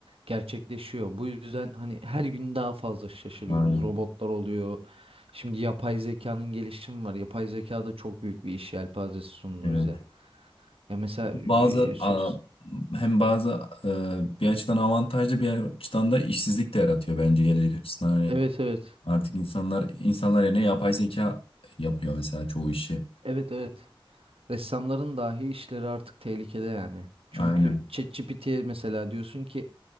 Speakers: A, on the right; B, on the left.
A: gerçekleşiyor. Bu yüzden hani her gün daha fazla şaşırıyoruz.
B: Aynen.
A: Robotlar oluyor. Şimdi yapay zekanın gelişimi var. Yapay zeka da çok büyük bir iş yelpazesi sundu
B: Evet.
A: bize. Ya mesela
B: Bazı
A: e, sos.
B: a- hem bazı e, bir açıdan avantajlı bir açıdan da işsizlik de yaratıyor bence gelecek açısından hani
A: Evet evet.
B: artık insanlar insanlar yerine yapay zeka yapıyor mesela çoğu işi.
A: Evet evet. Ressamların dahi işleri artık tehlikede yani. Çünkü
B: Aynen.
A: ChatGPT'ye mesela diyorsun ki